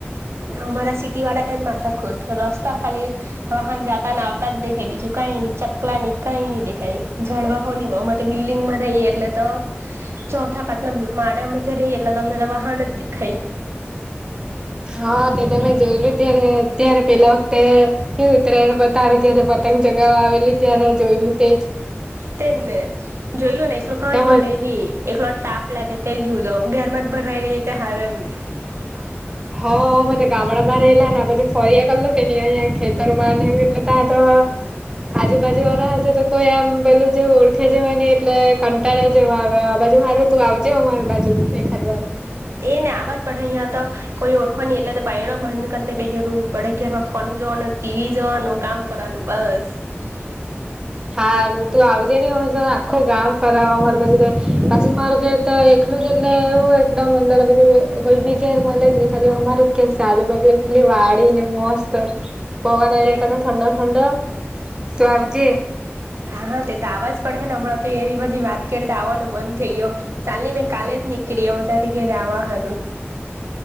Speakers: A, on the right; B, on the right.
A: અમારા સિટી વાળા ના જ માથા કુટ રસ્તા ખાલી વાહન જતા આવતા જ દેખે બીજું કંઈ ની ચકલાની કંઈ નહી દેખાય, જાળવા હો માં તો બિલ્ડીિંગ માં રહીયે એટલે તો ચોથા પાંચના માળેમાં રહીએ એટલે અમને વાહન જ દેખાય.
B: હા તે તમે જોયલું ત્યારે અત્યારે પેલા વખતે ઉતરાયણ પ તારે ઘ્યારે પતંગ ચગાવા આવેલી ત્યારે જોયલું તેજ
A: તેને જોઈ લો નહીં. કંઈ
B: તમા
A: મળે નહી એકલો ટાપ લાગે તે જોદો ઘરમાં જ ભરાઈ રહી ત હાર એમ <unintelligible>
B: હા મે તો ગામડામાં રેલા ને પછી ફરીયા કરેલું કે નહી અહિયાં યા ખેતરમાં નવ એટલે ત્યાં તો આજુબાજુ વાળા હતા તો કોઈ આમ પેલું જે ઓળખ્યા જવા નહીં, એટલે કંટાળા જવા આવે. જુ મારું તું આવજે, અમારી બાજુ દેખાય.
A: એને આવાજ પણ અહીયા તો કોઈ ઓળખો નહીં, એટલે તો બનો. બંધ કરીને બેહેરું પડે ઘરમાં ફોન જોવાનું ટીવી જોવાનું કામ કરવાનું બસ <unintelligible>
B: હારું તો આવજે નને અમે તો આખો ગામ ફરવ અમારે પછી તો, પાછુ મારું એટલે એવું એકદમ અંદર કોઈ બી ઘેર મળે જ ન ચાલે અમારે જ કેેર આજુબા એટલી વાડીને મસ્ત, પગન
A: તે
B: એકતા થડ ફંદ તું આવજ.
A: હા તે તો આવાજ પડે ને હમણાં તો એવી બધી વાત કરી તો આવવાનું મન થઈ ગયો, ચાલની મેં કાલે જ નીકળી આવ તારી ઘ રવા હારું.